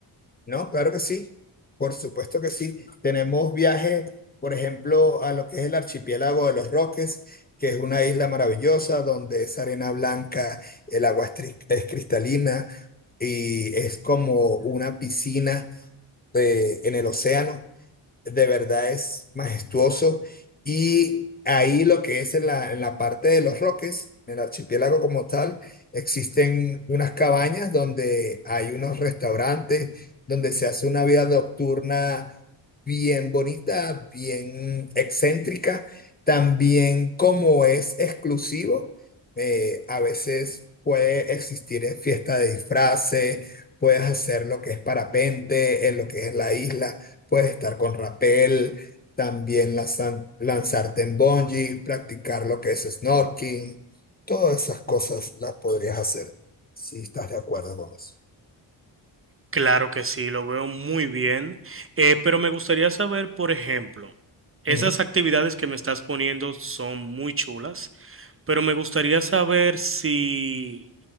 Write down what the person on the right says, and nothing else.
Claro que sí, lo veo muy bien, eh, pero me gustaría saber, por ejemplo, esas
actividades que me estás poniendo son muy chulas, pero me gustaría saber si...